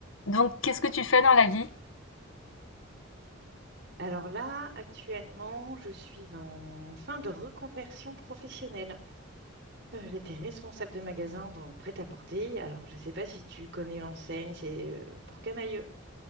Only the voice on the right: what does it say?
Alors là, actuellement, je suis en fin de reconversion professionnelle. Euh, J'étais responsable de magasin dans le prêt-à-porter. Alors, je ne sais pas si tu connais l'enseigne, c'est euh, pour Camailleux.